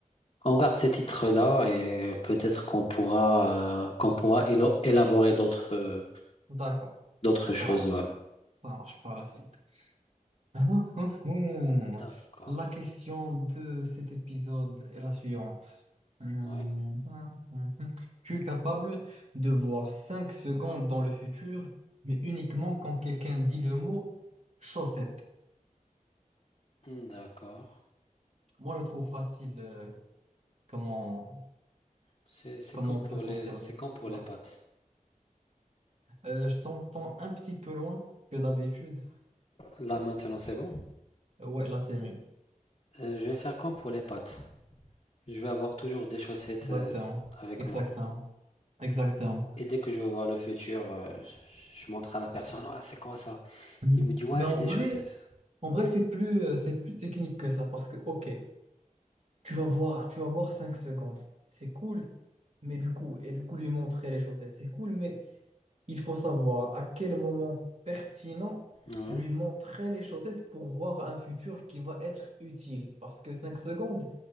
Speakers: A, on the left (about 45°); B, on the right (about 50°).
A: on garde ces titres-là et peut-être qu'on pourra euh, qu'on pourra élo- élaborer d'autres euh,
B: D'accord.
A: d'autres
B: Ça
A: choses.
B: marche.
A: ouais.
B: Ça marche par la suite. <laughs> Hum, hum, hum.
A: D'accord,
B: La question de cet épisode est la suivante. Hum,
A: ouais,
B: hum, hum, hum. Tu es capable de voir 5 secondes dans le futur, mais uniquement quand quelqu'un dit le mot chaussette.
A: Hmm, d'accord.
B: Moi, je trouve facile euh, comment,
A: C'est c'est
B: comment
A: comme pour
B: on peut
A: les
B: s'en servir.
A: c'est comme pour
B: Ouais.
A: les pâtes.
B: Euh, je t'entends un petit peu loin que d'habitude.
A: Là maintenant c'est bon.
B: Ouais, là, c'est mieux.
A: Euh, je vais faire comme pour les pâtes. Je vais avoir toujours des chaussettes
B: Exactement,
A: euh, avec
B: exactement,
A: moi.
B: exactement.
A: Et dès que je vais voir le futur, euh, je, je montre à la personne, Ah, c'est quoi ça?
B: Mm.
A: Il me dit ouais
B: Mais
A: c'est
B: en
A: des
B: vrai,
A: chaussettes.
B: en vrai, c'est plus, euh, c'est plus technique que ça parce que, ok, tu vas voir, tu vas voir 5 secondes, c'est cool, mais du coup, et du coup, lui montrer les choses, et c'est cool, mais il faut savoir à quel moment pertinent
A: Ouais,
B: lui montrer les chaussettes pour voir un futur qui va être utile. Parce que 5 secondes,